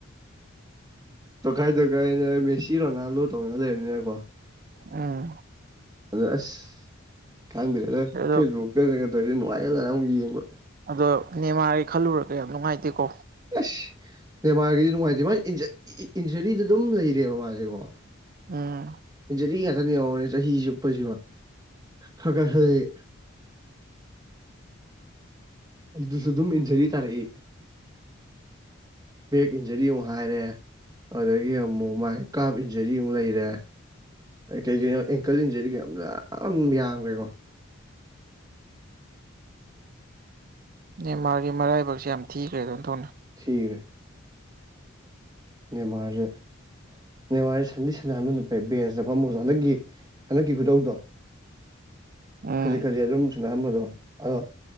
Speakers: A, on the right; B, on the right.
A: ꯇꯣꯈꯥꯏ ꯇꯣꯈꯥꯏꯅ ꯃꯦꯁꯤ ꯔꯣꯅꯥꯜꯂꯣ ꯇꯧꯅ ꯂꯩꯔꯕꯅꯤꯅꯀꯣ
B: ꯎꯝ
A: ꯑꯗꯨꯗ ꯑꯁ ꯈꯪꯗ꯭ꯔꯦꯗ
B: ꯑꯗꯣ
A: ꯐꯦꯁꯕꯨꯛ ꯇꯒꯥ ꯇꯧꯔꯤꯁꯦ ꯅꯨꯡꯉꯥꯏꯈ꯭ꯔꯥꯖꯥꯠꯅꯦ ꯑꯃꯨꯛ ꯌꯦꯡꯕ
B: ꯑꯗꯣ ꯅꯦꯃꯥꯔꯒꯤ ꯈꯜꯂꯨꯔꯒ ꯌꯥꯝ ꯅꯨꯡꯉꯥꯏꯇꯦꯀꯣ
A: ꯑꯁ ꯅꯦꯃꯥꯔꯒꯤꯗꯤ ꯅꯨꯡꯉꯥꯏꯇꯦ ꯃꯥꯏ ꯏꯟꯖꯥꯔꯤ ꯏꯟꯖꯥꯔꯤꯗ ꯑꯗꯨꯝ ꯂꯩꯔꯦꯕ ꯃꯥꯁꯦꯀꯣ
B: ꯎꯝ
A: ꯏꯟꯖꯥꯔꯤ ꯉꯥꯛꯇꯅꯦ ꯌꯦꯡꯉꯣꯅꯦ ꯆꯍꯤ ꯆꯨꯞꯄꯁꯤꯃꯥ <unintelligible> ꯑꯗꯨꯁꯨ ꯑꯗꯨꯝ ꯏꯟꯖꯥꯔꯤ ꯇꯥꯔꯛꯏ ꯕꯦꯛ ꯏꯟꯖꯥꯔꯤ ꯑꯃꯨꯛ ꯍꯥꯏꯔꯦ ꯑꯗꯨꯗꯒꯤ ꯑꯃꯨꯛ ꯃꯥꯏ ꯀꯥꯞ ꯏꯟꯖꯥꯔꯤ ꯑꯃꯨꯛ ꯂꯩꯔꯦ ꯀꯩꯀꯩꯅꯣ ꯑꯦꯡꯀꯜ ꯏꯟꯖꯥꯔꯤꯒ ꯌꯥꯝ ꯌꯥꯝ ꯌꯥꯝꯈ꯭ꯔꯦꯀꯣ
B: ꯅꯦꯃꯥꯔꯒꯤ ꯃꯔꯥꯏꯕꯛꯁꯦ ꯌꯥꯝ ꯊꯤꯈ꯭ꯔꯦꯗꯥ ꯑꯣꯟꯊꯣꯛꯅ
A: ꯊꯤꯈ꯭ꯔꯦ ꯅꯦꯃꯥꯔꯁꯦ ꯅꯦꯃꯥꯔꯁꯦ ꯁꯟꯗꯤ ꯁꯟꯅꯥꯍꯟꯕꯅ ꯐꯩ ꯕꯦꯟꯁꯇꯥ ꯐꯝꯃꯒꯁꯨ ꯍꯟꯗꯛꯀꯤ ꯍꯟꯗꯛꯀꯤ ꯈꯨꯇꯧꯗꯣ
B: ꯎꯝ
A: ꯈꯖꯤꯛ ꯈꯖꯤꯛ ꯑꯗꯨꯝ ꯁꯥꯟꯅꯍꯟꯕꯗꯣ ꯑꯗꯣ